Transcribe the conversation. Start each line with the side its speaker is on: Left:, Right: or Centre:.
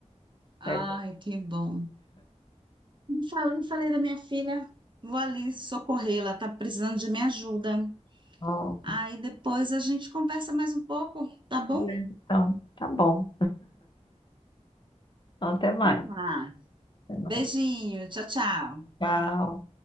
Right: Ai,
Left: É
Right: que bom. Falei, falei da minha filha, vou ali socorrê-la, tá precisando de minha ajuda.
Left: bom.
Right: Aí depois a gente conversa mais um pouco, tá bom?
Left: Beleza, então, tá bom. Então, Até mais.
Right: Vamos lá.
Left: Até
Right: Beijinho,
Left: mais.
Right: tchau, tchau.
Left: Tchau.